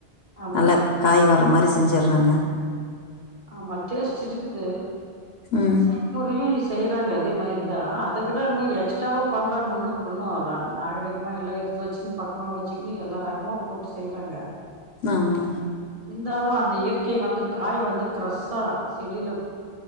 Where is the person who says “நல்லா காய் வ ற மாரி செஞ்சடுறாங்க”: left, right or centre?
Left